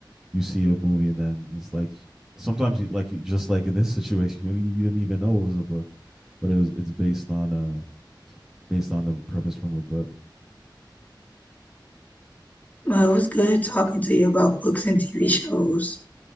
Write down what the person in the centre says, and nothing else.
you see a movie and then it's like sometimes you like you just like in this situation you, you didn't even know it was a book, but it was it's based on a based on the premise from a book.